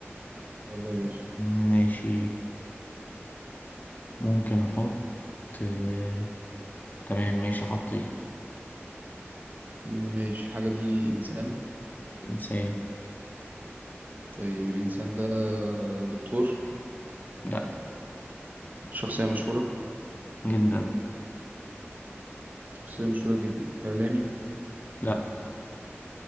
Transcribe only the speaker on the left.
ماشي ممكن احط آه، تمام ماشي حطيت
انسان
لا
جدا
لا